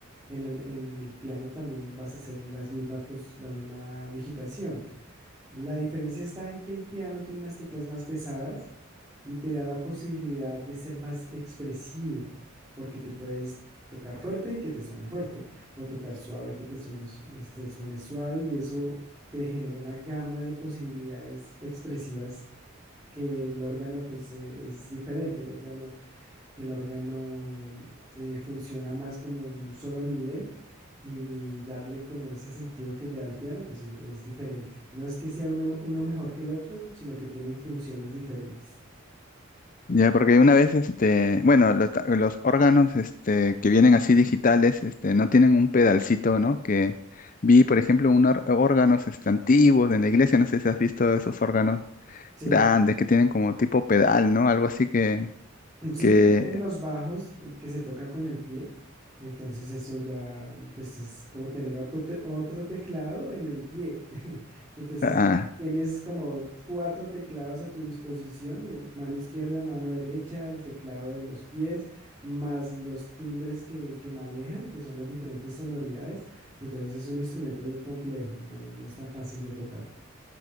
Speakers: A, on the right; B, on the left.
A: en el, en el piano también vas a hacer las mismas, pues, la misma digitación. La diferencia está en que el piano tiene unas teclas más pesadas y te da la posibilidad de ser más expresivo, porque tú puedes tocar fuerte y que te suene fuerte, o tocar suave y que te suene, su- te suene suave, y eso te genera una gama de posibilidades expresivas que el órgano pues eh, es diferente. El órgano el órgano eh, funciona más como en un solo nivel y, y darle como ese sentido que le da al piano, pues es, es diferente. No es que sea uno, uno mejor que el otro, sino que tienen funciones diferentes.
B: Ya, porque una vez, este, bueno, los, ta- los órganos, este, que vienen así digitales, este, no tienen un pedalcito, ¿no? Que vi, por ejemplo, unos órganos, este, antiguos de la iglesia, no sé si has visto esos órganos
A: Sí.
B: grandes que tienen como tipo pedal, ¿no? Algo así que,
A: Sí,
B: que,
A: tienen los bajos eh, que se tocan con el pie. Entonces eso ya, pues es como tener otro, te- otro teclado en el pie. <laughs> Entonces
B: ah.
A: tienes como cuatro teclados a tu disposición, eh, mano izquierda, mano derecha, el teclado de los pies, más los timbres que, que manejan, que son las diferentes sonoridades. Entonces es un instrumento bien complejo, no, no es tan fácil de tocar.